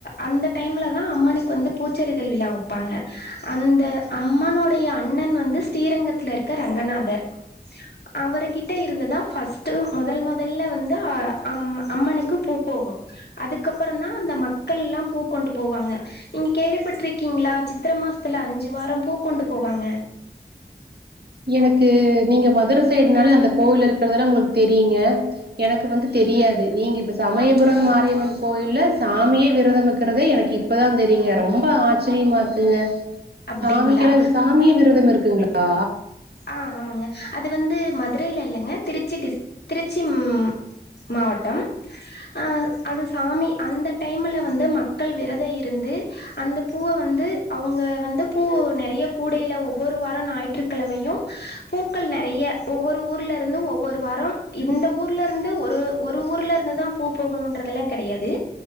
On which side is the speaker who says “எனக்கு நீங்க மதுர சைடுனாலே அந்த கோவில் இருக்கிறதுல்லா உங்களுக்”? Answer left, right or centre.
Right